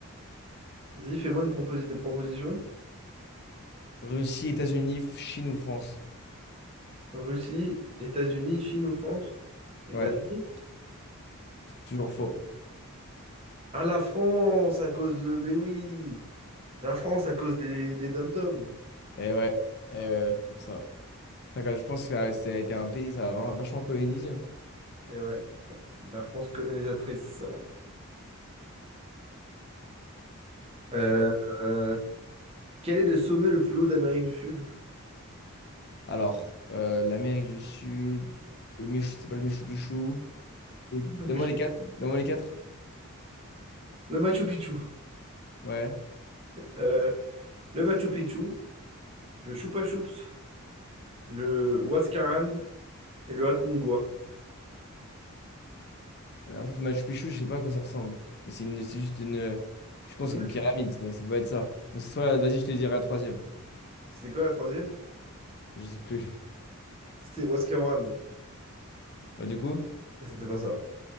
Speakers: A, on the right; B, on the left.
A: Vas-y, fais-moi une proposi- des propositions.
B: Russie, États-Unis, F- Chine ou France?
A: Russie, États-Unis, Chine ou France? États-Unis?
B: Ouais, c'est toujours faux.
A: Ah, la France, à cause de. Mais oui! La France, à cause des, des dom-toms.
B: Et ouais, et
A: Ah,
B: ouais, ouais, c'est pour
A: eh
B: ça. T'as quand- Je pense que ça, ça a été un pays, ça a vra- vachement colonisé. hein.
A: eh ouais. La France colonisatrice. Euh,
B: Je te laisse.
A: euh, quel est le sommet le plus haut d'Amérique du Sud?
B: Alors, euh, l'Amérique du Sud, le Michou, c'est pas le Michou Pichou. Et Donne-moi
A: Le
B: les quatre. Donne-moi les quatre.
A: Machu Picchu.
B: ouais
A: Euh, le Machu Picchu, le Chupa Chups, le Huascaran et le Aconcagua.
B: Euh, En fait, Machu Picchu, je sais pas à quoi ça ressemble. Mais c'est une, c'est juste une. euh, Je pense
A: Le
B: que
A: Machu
B: c'est une pyramide,
A: Picchu.
B: ça, ça peut être ça. Donc c'est soit. Vas-y, je te dirai la troisième.
A: C'était quoi la troisième?
B: Je sais plus. <laughs>
A: C'était Huascaran.
B: Bah, du coup,
A: Et C'était pas ça.